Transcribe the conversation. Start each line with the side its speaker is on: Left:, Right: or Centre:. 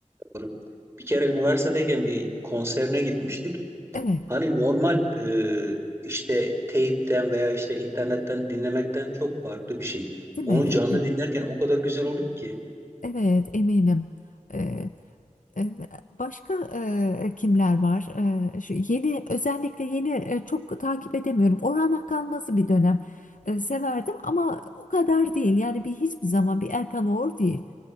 Right: doğru. Bir kere üniversitedeyken bir konserine gitmiştik.
Left: Evet,
Right: Hani normal e, işte teypten veya işte internetten dinlemekten çok farklı bir şey.
Left: değil
Right: Onu
Left: mi?
Right: canlı
Left: Evet,
Right: dinlerken o kadar güzel oluyor ki.
Left: evet, eminim. E, E, Başka e, kimler var? E, şu yeni özellikle yeni e, çok takip edemiyorum. Orhan Akalmaz'ı bir dönem e, severdim ama o kadar değil. Yani bir hiçbir zaman bir Erkan Oğur değil.